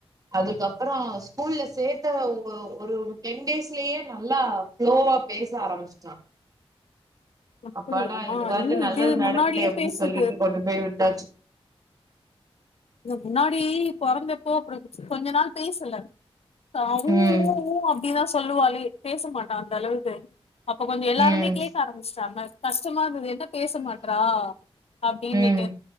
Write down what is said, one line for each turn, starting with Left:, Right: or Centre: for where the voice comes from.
Right: அதுக்கப்பறோ ஸ்கூல்ல சேத்த ஓ ஒரு டென் டேஸ் லையே நல்லா ஃப்ளோவா பேச ஆரம்பிச்ட்டா
Left: அப்டியா
Right: அப்பாடா இதுவாது
Left: இல்ல
Right: நல்லது
Left: இது
Right: நடக்குதே
Left: முன்னாடியே
Right: அப்டின்
Left: பேசுது
Right: சொல்லிட்டு கொண்டு போய் விட்டாச்சு
Left: இல்ல முன்னாடி பொறந்தப்போ அப்டி கொஞ்ச நாள் பேசல தா ஊ
Right: ம்
Left: ஊ ஊ அப்டி தா சொல்லுவாலே பேசமாட்டா அந்தளவு அப்ப கொஞ்சோ எல்லாருமே
Right: ம்
Left: கேக்க ஆரம்பிச்டாங்க கஷ்டமாருந்தது என்ன பேச மாட்றா அப்டின்னுட்டு
Right: ம்